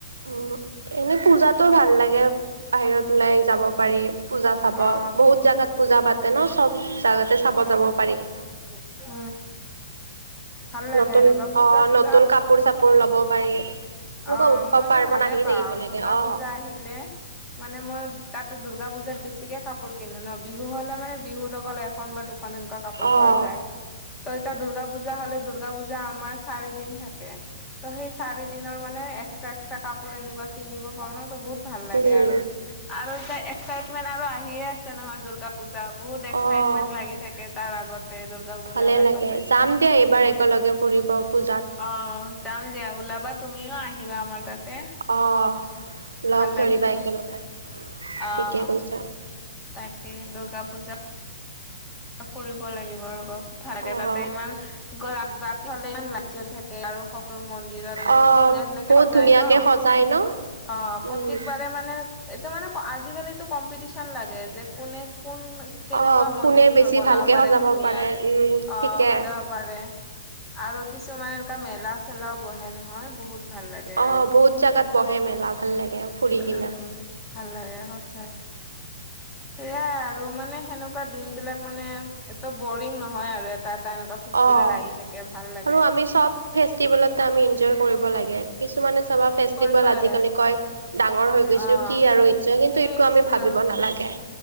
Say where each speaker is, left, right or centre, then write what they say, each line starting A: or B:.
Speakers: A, on the right; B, on the left.
A: উম, এনেই পূজাটো ভাল লাগে বাহিৰত ওলাই যাব পাৰি পূজা চাব,
B: অ
A: বহুত জাগাত পূজা পাতে ন চব জাগাতে চাব
B: উম
A: যাব পাৰি।
B: <unintelligible> ভাল লাগে
A: নতুন
B: এনেকুৱা পূজা
A: অ',
B: চূজা
A: নতুন কাপোৰ চাপোৰ ল'ব পাৰি। এনেকুৱা
B: অ',
A: উৎসৱ
B: মইতো
A: পাৰ্বণ
B: ভালে
A: আহি
B: পাওঁ,
A: থাকিব লাগে
B: দুৰ্গা
A: অ',
B: পূজা আহিলে। মানে মই তাতে দুৰ্গা পূজাত বেছিকে কাপোৰ কিনো ন, বিহু হ'লে মানে বিহুত অকল এখন বা দু খন এনেকুৱা কাপোৰ
A: অ',
B: পোৱা যায়। ত' এতিয়া দুৰ্গা পূজা হ'লে দুৰ্গা পূজা আমাৰ চাৰি দিন থাকে, ত' সেই চাৰি দিনৰ মানে এক্সট্ৰা- এক্সট্ৰা কাপোৰ এনেকুৱা কিনিব পাও ন ত' বহুত ভাল লাগে
A: উম,
B: আৰু। আৰু এতিয়া এক্সাইটমেন্ট আৰু আহিয়ে আছে নহয় দূৰ্গা পূজা, বহুত এক্সাইটমেন্ট
A: অ',
B: লাগি থাকে তাৰ আগতে পূজাৰ
A: ভালে লাগে,
B: আগতে।
A: যাম দিয়া এইবাৰ
B: উম,
A: একেলগে ফুৰিব পূজাত।
B: অ', যাম দিয়া, ওলাবা তুমিও আহিবা আমাৰ তাতে।
A: অ', লগ
B: ভাল লাগিব
A: ধৰিবা একেলগে,
B: অ'
A: ঠিকে কৈছা।
B: তাকে দুৰ্গা পূজা ফুৰিব লাগিব ৰ'ব। ভালকে
A: অ'
B: তাতে ইমান গ <unintelligible> ৰাতি হ'লে ইমান লাইত জলি থাকে আৰু সকলো মন্দিৰত মানে
A: অ'
B: বহুত ধুনীয়া ধুনীয়াকে
A: বহুত
B: সজায়
A: ধুনীয়াকে
B: ন,
A: সজাই ন
B: অ', প্ৰত্যেকবাৰে
A: উম
B: মানে এতিয়া মানে আজিকালিটো কম্পিটিছন লাগে যে কোনে কোন কেনেকুৱা
A: অ',
B: মন্দিৰ
A: কোনে বেছি
B: বনাব
A: ভালকে
B: পাৰে
A: সজাব
B: ধুনীয়া
A: পাৰে, উম,
B: অ
A: ঠিকে।
B: <unintelligible> পাৰে আৰু কিছুমান এনেকা মেলা চেলাও বহে নহয় বহুত ভাল লাগে
A: অ‌',
B: আৰু
A: বহুত জাগাত বহে মেলা, ভাল লাগে। ফুৰি কিনা
B: উম, ভাল লাগে সঁচাই। সেয়াই আৰু মানে সেনেকুৱা দিন বিলাক মানে এত বৰিং নহয় আৰু এ এটা- এটা এনেকুৱা ফেষ্টিভেল
A: অ'
B: আহি থাকে, ভাল লাগে।
A: আৰু আমি চব ফেষ্টিভেলতে আমি ইনজয় কৰিব লাগে, কিছুমানে চাবা ফেষ্টিভেল
B: কৰিব
A: আজিকালি
B: লাগে
A: কয় ডাঙৰ হৈ গৈছো,
B: অ
A: কি আৰু এতিয়া কিন্তু
B: কি
A: এইটো আমি
B: ষ্টিল
A: ভাবিব নালাগে।